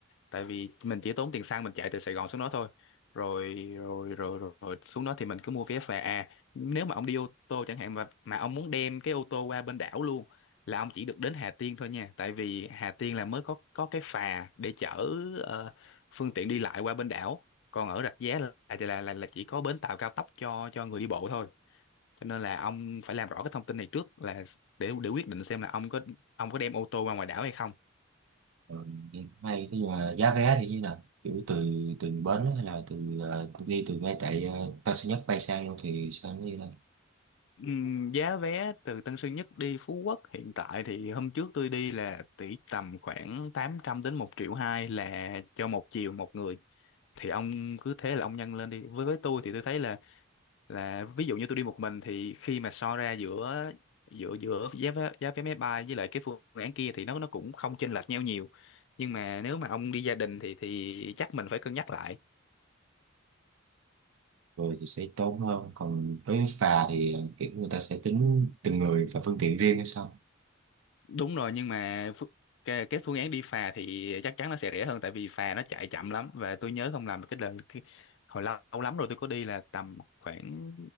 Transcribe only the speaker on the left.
tại vì mình chỉ tốn tiền xăng mình chạy từ Sài Gòn xuống đó thôi rồi rồi rồi rồi, rồi xuống đó thì mình cứ mua vé về à nếu mà ông đi ô tô chẳng hạn mà mà ông muốn đem cái ô tô qua bên đảo luôn là ông chỉ được đến Hà Tiên thôi nha tại vì Hà Tiên là mới có có cái phà để chở ờ, phương tiện đi lại qua bên đảo còn ở Rạch Giá là là là, là chỉ có bến tàu cao tốc cho cho người đi bộ thôi cho nên là ông phải làm rõ cái thông tin này trước là để để quyết định xem là ông có ông có đem ô tô qua ngoài đảo hay không
Ừm, giá vé từ Tân Sơn Nhất đi Phú Quốc hiện tại thì hôm trước tôi đi là tỷ tầm khoảng 800 đến một triệu hai là cho một chiều một người thì ông cứ thế là ông nhân lên đi với với tôi thì tôi thấy là là ví dụ như tôi đi một mình thì khi mà so ra giữa giữa giữa giá vé, giá vé máy bay với lại cái phương án kia thì nó nó cũng không chênh lệch nhau nhiều nhưng mà nếu mà ông đi gia đình thì thì chắc mình phải cân nhắc lại
Đúng rồi nhưng mà phu- cái, cái phương án đi phà thì chắc chắn nó sẽ rẻ hơn tại vì phà nó chạy chậm lắm và tôi nhớ không làm cái lần cái, hồi lâu, lâu lắm rồi tôi có đi là tầm khoảng